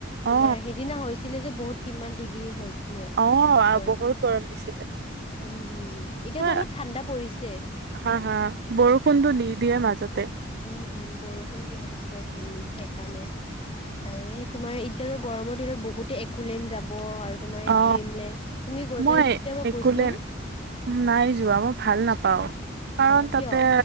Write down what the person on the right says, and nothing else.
অ
অ
বহুত দিছিলে
হয়,
হা হা বৰষুণতটো দি দিয়ে মাজত।
অ
মই
একোলে
নাই যোৱা মই ভাল নাপাও কাৰণ
তাতে,